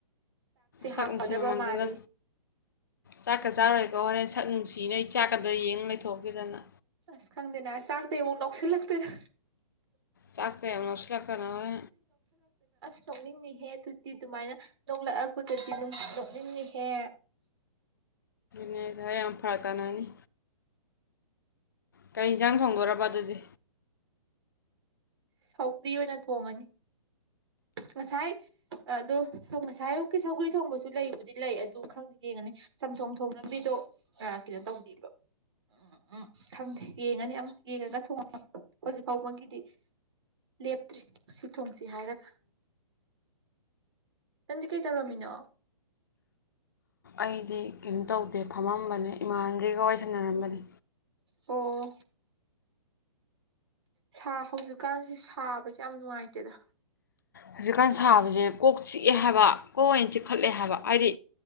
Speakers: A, on the left; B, on the right.
A: ꯁꯛ
B: ꯍꯥꯎꯒꯗꯕ
A: ꯅꯨꯡꯁꯤ ꯃꯃꯜꯗꯨꯅ
B: ꯃꯥꯜꯂꯤ
A: ꯆꯥꯛꯀ ꯆꯥꯔꯣꯏꯀꯣ ꯍꯣꯔꯦꯟ ꯁꯛ ꯅꯨꯡꯁꯤꯅ ꯑꯩ ꯆꯥꯛꯀꯗ ꯌꯦꯡꯉ ꯂꯩꯊꯣꯛꯈꯤꯗꯅ
B: ꯑꯁ ꯈꯪꯗꯦꯅꯦꯁ ꯁꯥꯥꯛꯇꯦ ꯎ ꯅꯣꯛꯁꯜ ꯂꯥꯛꯇꯦꯅ
A: ꯆꯥꯛꯇꯕ ꯂꯧꯁꯤꯜꯂꯥꯛꯀꯅꯔꯦ
B: ꯁꯣꯛꯅꯤꯡꯉꯍꯦ ꯑꯗꯨꯇꯤ ꯑꯗꯨꯃꯥꯏꯅ ꯅꯣꯛꯂꯛꯑꯄꯒꯗꯤ ꯑꯗꯨꯝ ꯁꯣꯛꯅꯤꯡꯅꯤꯍꯦ
A: ꯅꯦꯗ ꯌꯥꯝ ꯐꯥ ꯇꯅꯅꯤ ꯀꯩ ꯏꯟꯁꯥꯡ ꯊꯣꯡꯗꯣꯔꯔꯕ ꯑꯗꯨꯗꯤ
B: ꯁꯥꯎꯀ꯭ꯔꯤ ꯑꯣꯏꯅ ꯊꯣꯡꯉꯅꯤ ꯉꯁꯥꯏ ꯑꯗꯣ ꯉꯁꯥꯏ ꯑꯨꯀꯤ ꯁꯧꯒ꯭ꯔꯤ ꯊꯣꯡꯕꯁꯨ ꯂꯩꯕꯨꯗꯤ ꯂꯩ ꯑꯗꯨ ꯈꯪꯗꯦ ꯌꯦꯡꯉꯅꯤ ꯆꯝꯊꯣꯡ ꯊꯣꯡ ꯂꯝꯕꯤꯗꯣ ꯀꯩꯅꯣ ꯇꯧꯗꯦꯕ ꯎꯝ ꯎꯝ ꯈꯪꯗꯦ ꯌꯦꯡꯉꯅꯤ ꯑꯃ ꯌꯦꯡꯉꯒ ꯊꯣꯡꯉꯛꯀꯦ ꯍꯧꯖꯤꯛ ꯐꯥꯎꯕꯒꯤꯗꯤ ꯂꯦꯞꯇ꯭ꯔꯤ ꯁꯤ ꯊꯣꯡꯁꯤ ꯍꯥꯏꯔꯒ ꯅꯪꯗꯤ ꯀꯩ ꯇꯧꯔꯝꯃꯤꯅꯣ
A: ꯑꯩꯗꯤ ꯀꯩꯅꯣ ꯇꯧꯗꯦ ꯐꯝꯃꯝꯕꯅꯦ ꯏꯃꯥꯟꯈꯩꯒ ꯋꯥꯔꯤꯁꯟꯅꯔꯝꯕꯅꯤ
B: ꯑꯣ ꯁꯥ ꯍꯧꯖꯤꯛꯀꯥꯟꯁꯤ ꯁꯥꯕꯁꯦ ꯌꯥꯝ ꯅꯨꯡꯉꯥꯏꯇꯦꯗ
A: ꯍꯧꯖꯤꯛꯀꯥꯟ ꯁꯥꯕꯁꯦ ꯀꯣꯛ ꯆꯤꯛꯑꯦ ꯍꯥꯏꯕ ꯀꯣꯛ ꯑꯣꯏꯅ ꯆꯤꯛꯈꯠꯂꯦ ꯍꯥꯏꯕ ꯍꯥꯏꯗꯤ